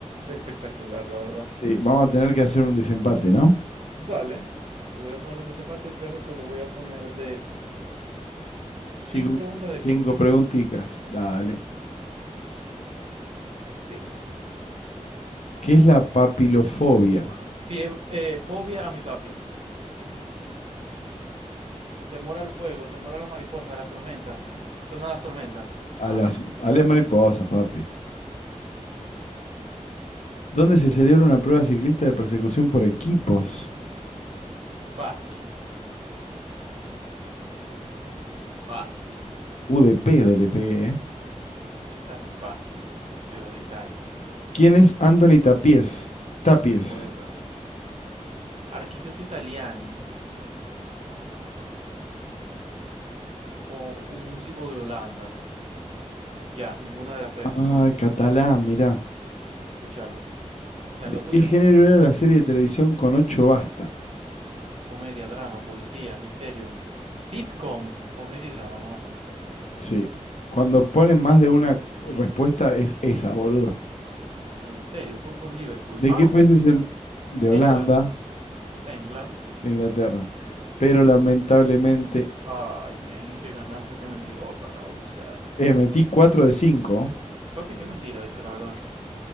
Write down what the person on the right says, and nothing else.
Espectacular, la verdad.
Dale. Te voy a poner un desempate, pero te lo voy a poner de 5
preguntas de
15.
Sí.
Fie- eh, fobia a mi papi. Temor al fuego, temor a las mariposas, a las tormentas. Son a las tormentas.
Ah,
Fácil, fácil.
esta es fácil, pero de calle.
Poeta. Arquitecto italiani o un músico de Holanda. Ya, ninguna de las tres.
Escucharlo. O sea,
lo
tuyo,
¿no?
Comedia, drama, policía, misterio. Sitcom. Comedia y drama, vamos a poner.
En serio, fútbol Liverpool.
Ah,
England. England.
Ay, men, y que ganaste, qué mentirota causa.
Papi, qué mentira, viste, la verdad.